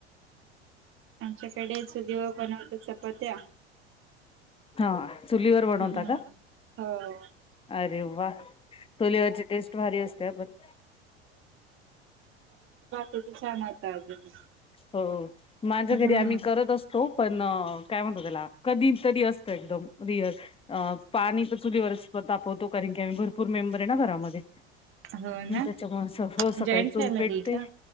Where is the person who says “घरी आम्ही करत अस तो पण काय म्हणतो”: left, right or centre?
Left